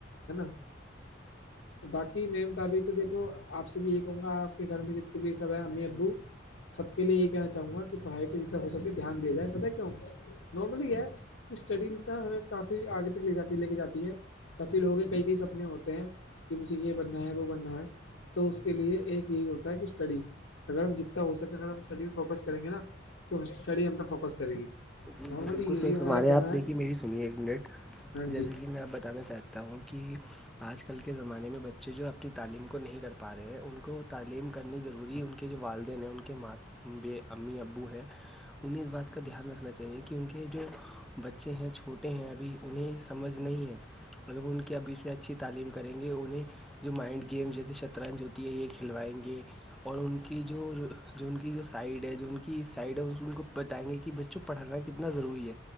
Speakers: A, on the left; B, in the centre.
A: ہے نا تو باقی میرے مطابق تو دیکھو آپ سے بھی یہ کہوں گا آپ کے گھر میں جتنے بھی سب ا ابو سب کے لیے یہی کہنا چاہوں گا پڑھائی پہ جتنا ہو سکے دھیان دیا جائے پتا کیوں نارملی ہے کہ اسٹڈی ہمیں کافی آگے تک لے جا کے لے کے جاتی ہے کافی لوگوں کے کئی کئی سپنے ہوتے ہیں کہ مجھے یہ بننا ہے وہ بننا ہے تو اس کے لیے ایک یہی ہوتا ہے کہ اسٹڈی اگر ہم جتنا ہو سکے اگر ہم اسٹڈی پہ فوکس کریں گے نا تو اسٹڈی ہم پہ فوکس کرے گی
B: جی
A: نارملی
B: جی بالکل
A: یہی
B: صیف
A: ہمارا
B: ہمارے
A: کہنا
B: ہیں آپ دیکھیے
A: ہے
B: میری سنیے ایک منٹ
A: ہاں
B: جیسے
A: جی
B: کہ میں آپ بتانا چاہتی ہوں تون کہہ آج کل کے زمانے میں بچے جو اپنی تعلیم کو نہیں کر پا رہے ہیں ان کو تعلیم کرنی ضروری ہے جو والدین ہیں ان کے امی ابو ہیں انہیں اس بات کا دھیان رکھنا چاہیے کہ کہ ان کے جو بچے ہیں چھوٹے ہیں ابھی انہیں سمجھ نہیں ہے مطلب ان کے ابھی سے اچھی تعلیم کریں گے انہیں جو مائنڈ گیم جیسے شطرنج ہوتی ہے یہ کھلوائیں گے اور ان کی جو جو ان کی جو سائڈ ہے جو ان کی سائڈ ہے ان کو بتائیں گے کہ بچوں پڑھ کتنا ضروری ہے